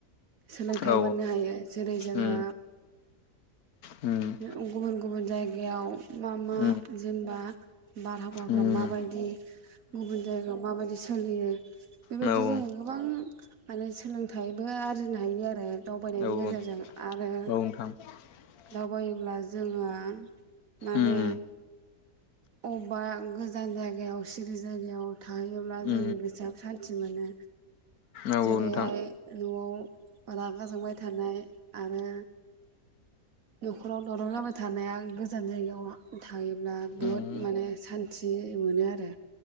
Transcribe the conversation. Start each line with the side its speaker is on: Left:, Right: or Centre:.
Right: सोलोंथाइ
Left: औ
Right: मोननो हायो जेरै जोङो
Left: उम उम
Right: गुबुन गुबुन जायगायाव मा मा
Left: उम
Right: जेनेबा बारहावाफ्रा
Left: उम
Right: माबायदि गुबुन जायगायाव माबायदि सोलियो बेबायदि
Left: औ औ उम
Right: जोंङो गोबां माने सोलों थायबो आरजिनो हायो आरो दावबायनायनि
Left: औ औ
Right: गेजेरजों आरो
Left: <unintelligible>
Right: दावबायोब्ला जोङो माने
Left: उम
Right: अबा गोजान जायगायाव सिरि जायगायाव थाहैयोब्ला जोंनि
Left: उम
Right: गोसोआबो सान्थि मोनो।
Left: औ
Right: जेरैहाय
Left: नोंथां
Right: न'आव रागा जोंबाय थानाय आरो न'खराव दावराव जाबाय थानाया गोजान जायगायाव थायोब्ला बुहुद
Left: उम
Right: माने सान थियै मोनो आरो